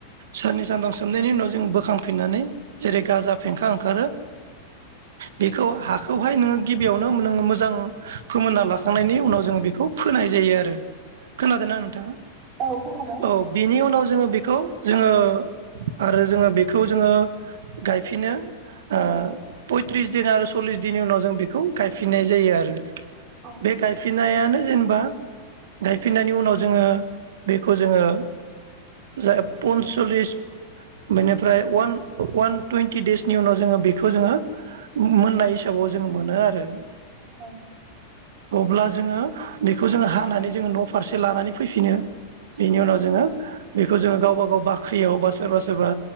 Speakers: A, on the right; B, on the right.
A: साननै सानथाम सोमनायनि उनाव जों बोखांफिननानै जेरै गाजा फेंखां ओंखारो बेखौ हा बेखौवहाय नोङो गिबियावनो नोङो मोजां फोमोनना लाखांनायनि उनाव जोङो बेखौ फोनाय जायो आरो। खोनादोंना नोंथाङा
B: औ खोनादों
A: औ बिनि उनाव जोङो बेखौ जोङो आरो जोङो बेखौ जोङो गायफिनो। ओ पयथ्रिस दिन आरो सल्लिस दिननि उनाव जों बेखौ गायफिननाय जायो आरो।
B: औ
A: बे गायफिन नायानो जेनेबा गायफिननायनि उनाव जोङो बेखौ जोङो जाय पन्सल्लिस बेनिफ्राय उवान उवान टुइन्टि देइसनि उनाव जोङो बेखौ जोङो मोननाय हिसाबाव जोङो मोनो आरो।
B: औ
A: अब्ला जोङो बेखौ जोङो हानानै जोङो न' फारसे लानानै फैफिनो बेनि उनाव ज बे जो गावबा गाव बाख्रियाव बा सोरबा सोरबा